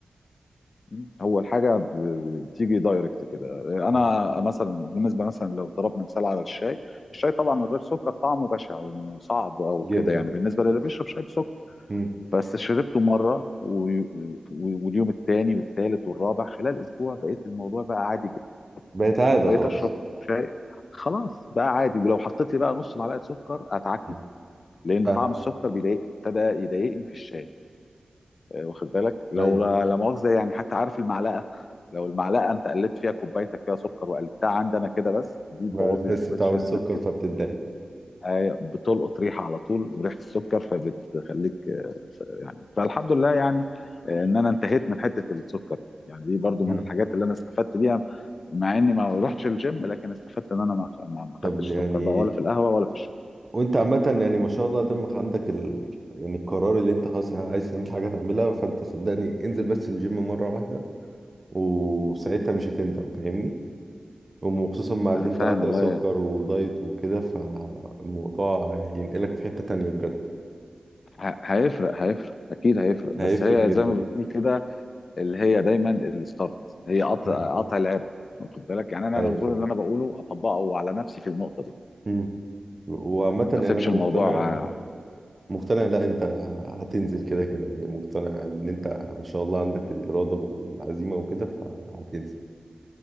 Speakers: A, on the left (about 65°); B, on the right (about 35°).
A: م. هو الحاجه ب- بتيجي دايركت كده انا
B: صح
A: مثلا بالنسبه مثلا لو ضربنا مثال على الشاي الشاي طبعا من غير سكر طعمه بشع وصعب او
B: جدا
A: كده يعني بالنسبه للي بيشرب شاي بسكر
B: امم
A: بس شربته مره و... و- واليوم الثاني والثالث والرابع خلال اسبوع بقيت الموضوع بقى عادي جدا
B: بقت عاده
A: وبقيت
B: خلاص
A: اشرب شاي خلاص بقى عادي ولو حطيت لي بقى نص معلقه سكر اتعكنن
B: امم
A: لان
B: آه.
A: طعم السكر بيضايق ابتدى يضايقني في الشاي آه، واخد بالك لو
B: ايوه
A: لا لا مؤاخذه يعني حتى عارف المعلقه لو المعلقه انت قلبت فيها كوبايتك فيها سكر وقلبتها عندي انا كده بس دي
B: بقى
A: بتبوظ
B: بتحس
A: لي كوبايه
B: بطعم
A: الشاي
B: السكر
A: لانها بت-
B: فبتتضايق
A: أيوة، بتلقط ريحه على طول وريحه السكر فبتخليك آه، ف- يعني فالحمد لله يعني آه، ان انا انتهيت من حته السكر دي. يعني دي برضو من
B: امم
A: الحاجات اللي انا استفدت بيها مع اني ما رحتش الجيم لكن استفدت ان انا ما ما ما
B: طب
A: خدتش
B: يعني
A: سكر بقى ولا في القهوه ولا في الشاي
B: وانت عامة يعني ما شاء الله دمك عندك ال... يعني القرار اللي انت خلاص عايز تعمل حاجة تعملها فانت صدقني انزل بس الجيم مرة واحدة وساعتها مش هتندم فاهمني وخصوصا مع اللي
A: انا
B: انت
A: فاهم
B: قاطع
A: والله
B: سكر ودايت وكده فالموضوع هينقلك في حتة تانية بجد
A: ه- هيفرق هيفرق اكيد هيفرق
B: هيفرق
A: بس هي
B: جدا
A: زي ما بتقول كده اللي هي دايما الستارت هي قطع
B: مم.
A: قطع العرق واخد بالك يعني انا
B: ايوه
A: المفروض
B: فاهم
A: اللي انا بقوله اطبقه على نفسي في النقطه دي
B: مم. وعامة
A: ما
B: يعني
A: اسيبش
B: انا مقتنع
A: الموضوع آه،
B: مقتنع لا انت هتنزل كده كده يعني مقتنع ان انت ما شاء الله عندك الإرادة والعزيمة وكده فهتنزل